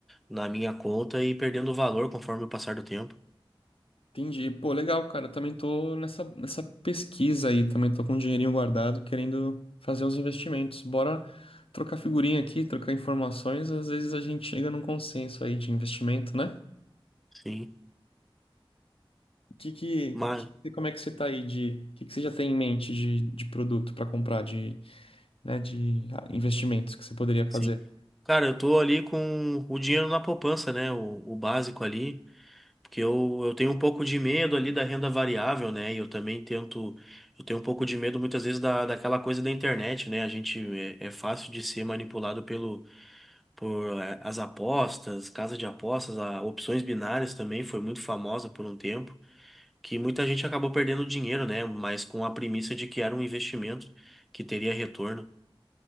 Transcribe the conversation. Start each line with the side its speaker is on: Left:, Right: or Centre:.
Centre: na minha conta e perdendo valor conforme o passar do tempo.
Left: Entendi. Pô, legal, cara. Eu também tô nessa, nessa pesquisa aí, também tô com um dinheirinho guardado, querendo fazer uns investimentos. Bora trocar figurinha aqui, trocar informações, às vezes a gente chega num consenso aí de investimento, né?
Centre: Sim,
Left: Que que,
Centre: mas,
Left: que- como é que você tá aí de, o que que você já tem em mente de, de produto para comprar, de, né, de ah, investimentos que você poderia fazer?
Centre: sim. Cara, eu tô ali com o dinheiro na poupança, né, o, o básico ali. Porque eu, eu tenho um pouco de medo ali da renda variável, né? E eu também tento. Eu tenho um pouco de medo muitas vezes da, daquela coisa da internet, né? A gente é, é fácil de ser manipulado pelo, por eh, as apostas, casa de apostas, a, opções binárias também foi muito famosa por um tempo, que muita gente acabou perdendo dinheiro, né? Mas com a premissa de que era um investimento que teria retorno.